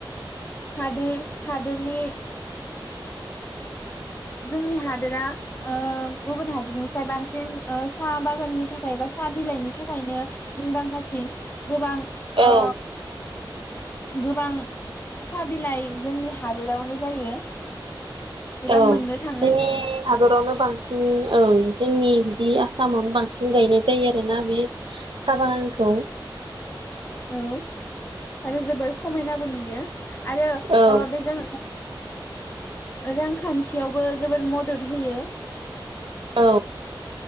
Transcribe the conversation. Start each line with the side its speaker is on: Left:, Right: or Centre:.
Left: हादोर हादोरनि जोंनि हादोरा ओ गुबुन हादोरनिस्राय बांसिन साहा बागाननि थाखाय बा साहा बिलाइनि थाखायनो मुंदांखासिन। गोबां
Right: औ
Left: ओ गोबां साहा बिलाइ जोंनि हादोरावनो जायो। एबा
Right: औ
Left: मोननो थाङो
Right: जोंनि हादरावनो बांसिन ओं जोंनि नि आसामावनो बांसिन गायनाय जायो आरोना बे साहा बागानखौ।
Left: औ आरो जोबोर समायनाबो नुयो आरो
Right: औ
Left: ओ बेजों रांखान्थियावबो जोबोर मदद होयो।
Right: औ